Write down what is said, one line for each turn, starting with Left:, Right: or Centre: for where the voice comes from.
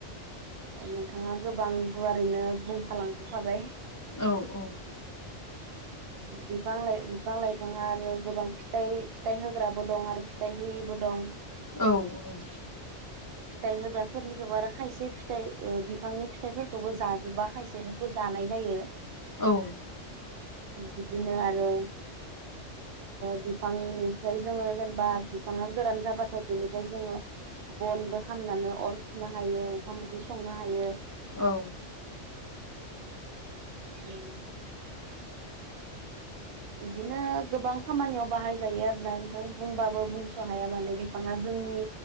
Right: नोंथाङा गोबां गुवारैनो बुंखालांजोबखाबाय।
Left: औ औ।
Right: बिफां लाइफां बिफां लाइफाङा आरो गोबां फिथाइ फिथाइ होग्राबो दं आरो फिथाइ होयिबो दं।
Left: औ औ।
Right: फिथाइ होग्राफोरनिखौबो आरो खायसे फिथाइ बिफांनि फिथाइफोरखौबो जाजोबा खायसे खौ जानाय जायो।
Left: औ।
Right: बिदिनो आरो। बिफांनिफ्राय जोङो जेनेबा बिफाङा गोरान जाबाथाय बिनिफ्राय जोङो। बनबो खालामनानै अर सुनो हायो ओंखाम ओंख्रि संनो हायो।
Left: औ।
Right: <inaudible> बिदिनो गोबां खामानियाव बाहाय जायो आरोना नोंथां बुंबाबो बुंस' हाया माने बिफाङा जोंनि